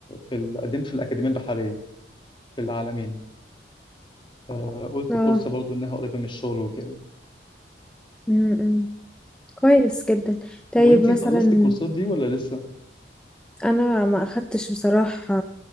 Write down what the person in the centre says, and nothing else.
آه.
مم. مم. كويس جدا طيب
مثلا
أنا ما أخدتش بصراحة